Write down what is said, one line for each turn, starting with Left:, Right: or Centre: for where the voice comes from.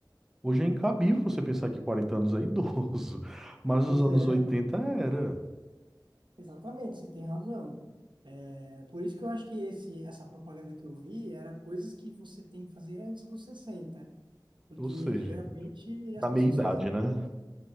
Centre: Hoje é incabível você pensar que 40 anos é idoso, <laughs> mas
Right: Pois
Centre: nos anos
Right: é,
Centre: 80 era.
Right: exatamente, você tem razão. É, por isso que eu acho que esse, essa propaganda que eu vi era coisas que você tem que fazer antes dos sessenta Porque
Centre: Ou seja,
Right: geralmente as
Centre: na
Right: pessoas
Centre: meia-idade,
Right: fazem plano.
Centre: né?